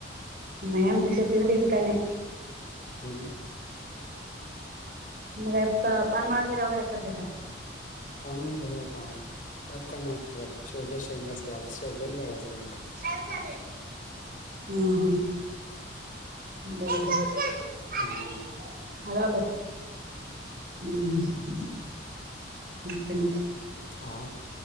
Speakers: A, on the right (about 50°); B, on the left (about 45°).
A: नाही आमची शेतीविती काय नाही.
B: तरी
A: मग का पानमाळ केल्यावर काय करतेस काय?
B: पण मग गेलं हो काय त्यात काय नाही करत शेवग्या शेंग असतत शेवग्या झाड असते.
A: तास झाले ह ह ये चल ग <unintelligible>
B: हम्म
A: हलालो हम्म मन
B: हा